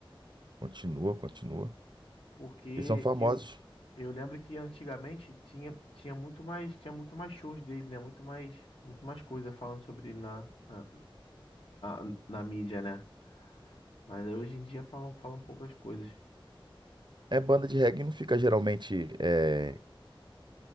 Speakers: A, on the right; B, on the left.
A: Continua, continua.
B: porque
A: Eles são famosos.
B: eu, eu lembro que antigamente tinha, tinha muito mais tinha muito mais shows dele, né? Muito mais muito mais coisa falando sobre ele na, na, na, na mídia, né? Mas aí hoje em dia falam falam poucas coisas.
A: É banda de reggae, não fica geralmente é,